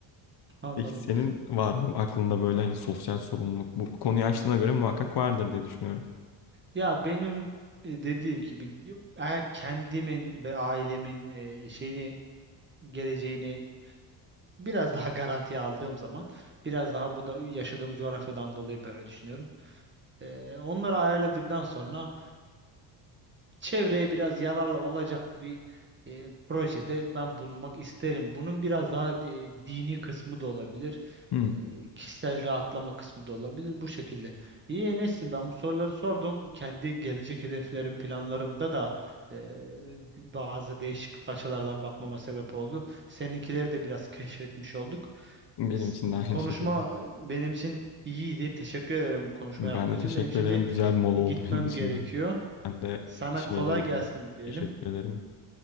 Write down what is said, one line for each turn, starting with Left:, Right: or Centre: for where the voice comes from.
Right: anladım.
Left: Peki senin var mı aklında böyle hani sosyal sorumluluk bu konuyu açtığına
Right: Hı,
Left: göre muhakkak vardır diye düşünüyorum.
Right: Ya benim e, dediğim gibi eğer kendimin ve ailemin e, şeyini geleceğini biraz daha <laughs> garantiye aldığım zaman biraz daha bu da yaşadığım coğrafyadan dolayı böyle düşünüyorum. E, onları ayarladıktan sonra çevreye biraz yararlı olacak bir e, projede ben bulunmak isterim. Bunun biraz daha e, dini kısmı da olabilir.
Left: Hmm,
Right: e, kişisel rahatlama kısmı da olabilir bu şekilde. İyi Enes'im ben bu soruları sordum. Kendi gelecek hedeflerim, planlarımda da e, bazı değişik açılardan bakmama sebep oldu. Seninkileri de biraz keşfetmiş olduk.
Left: benim
Right: S-
Left: için
Right: Bu
Left: de aynı
Right: konuşma
Left: şekilde.
Right: e, benim için iyiydi. Teşekkür ederim bu konuşma
Left: Ben
Right: yaptığın
Left: de
Right: için.
Left: teşekkür
Right: Benim şimdi
Left: ederim. Güzel bir mola
Right: gitmem
Left: oldu <laughs> benim için
Right: gerekiyor.
Left: de. Ben de
Right: Sana
Left: işime
Right: kolay
Left: geri
Right: gelsin
Left: döneyim.
Right: diyelim.
Left: Teşekkür ederim.